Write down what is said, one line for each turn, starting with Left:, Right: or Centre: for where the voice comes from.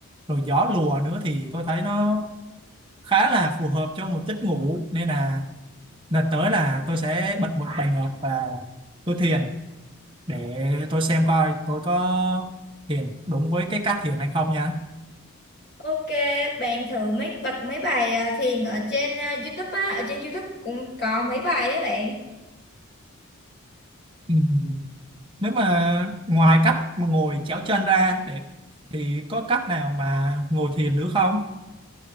Right: rồi gió lùa nữa thì tôi thấy nó khá là phù hợp cho một giấc ngủ nên là lần tới là tôi sẽ bật một bài nhạc và tôi thiền để tôi xem coi tôi có thiền đúng với cái cách thiền hay không nha
Left: Ok, bạn thử mấy bật mấy bài ờ, thiền ở trên ờ, YouTube á, ở trên YouTube cũng có mấy bài á bạn.
Right: ừ. nếu mà ngoài cách mà ngồi chéo chân ra để thì có cách nào mà ngồi thiền nữa không